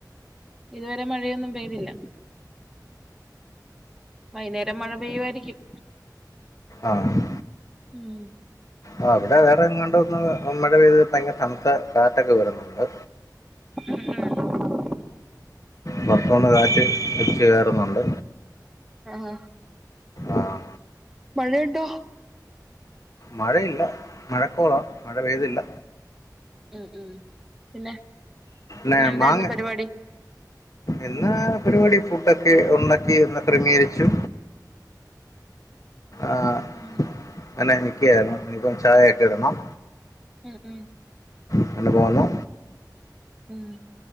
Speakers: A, in the centre; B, on the left.
A: ഇതുവരെ മഴയൊന്നും പെയ്തില്ല വൈന്നേരം മഴ പെയ്യുവായിരിക്കും
B: ആഹ്
A: ഉം
B: ആഹ് അവിടെ വേറെ എങ്ങാണ്ടൊ ഒന്ന് മഴ പെയ്ത് ഭയങ്കര തണുത്ത കാറ്റൊക്കെ വരുന്നുണ്ട്.
A: മ് മ്.
B: പൊറത്തൂന്ന് കാറ്റ് വെച്ച് കേറുന്നുണ്ട്.
A: ആഹ
B: ആഹ്
A: മഴയുണ്ടോ?
B: മഴയില്ല മഴക്കോളാ മഴ പെയ്തില്ല.
A: ഉം ഉം പിന്നെ
B: ന്നെ
A: ഇന്നെന്തായിരുന്നു
B: മാങ്
A: പരിപാടി
B: എന്നാ പരിപാടി ഫുഡ് ഒക്കെ ഉണ്ടാക്കി ഒന്ന് ക്രമീകരിച്ചു. ആഹ
A: ഉം
B: എന്നെ നിക്കായിരുന്നു ഇനിപ്പ ചായക്കെ ഇടണം.
A: ഉം ഉം
B: ങ്ങനെപോവുന്നു.
A: ഉം